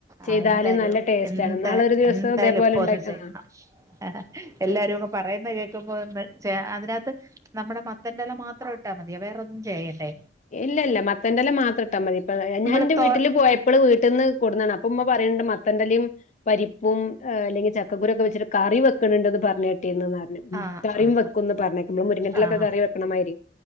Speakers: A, on the left; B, on the right.
A: ചെയ്താല്
B: ആ എന്തായാലും
A: നല്ല ടേസ്റ്റ്
B: എന്താ
A: ആണ് നാളെ ഒരു ദിവസം
B: എന്തായാലും
A: ഇതേപോലെ
B: ഇപ്പ
A: ഉണ്ടാക്കി
B: ഒന്ന് ചെയ്യണം
A: ആ
B: ആ എല്ലാരും ഒക്കെ പറയുന്ന കേക്കുമ്പോ ഒന്ന് ചെ അതിനകത്ത് നമ്മടെ മത്തന്റെല മാത്രം ഇട്ടാ മതിയ വേറോന്നും ചെയ്യണ്ടേ
A: ഇല്ല ഇല്ല മത്തൻന്റെല് മാത്രം ഇട്ടാ മതി ഇപ്പ
B: നമ്മള്
A: ഞാന്റെ
B: തോ
A: വീട്ടില് പോയ- ഇപ്പള് വീട്ടിന്ന് കൊടതാണ് അപ്പ ഇമ്മ പറയണ്ട് മത്തന്റെലിം പരിപ്പും അല്ലെങ്കി ചക്ക ക്കുരൊക്കെ വെച്ചിട്ട് കറി വെക്കണുന്നുണ്ടന്ന് പറഞ്ഞു കേട്ടീന്നു പറഞ്ഞു ഉ
B: ആഹ്
A: കറിം
B: ആഹ്
A: വെക്കുന്ന് പറഞ്ഞേക്കുന്നു മുരിങ്ങന്റി
B: ആഹ്
A: ലൊക്കെ കറി വെക്കണമായിരി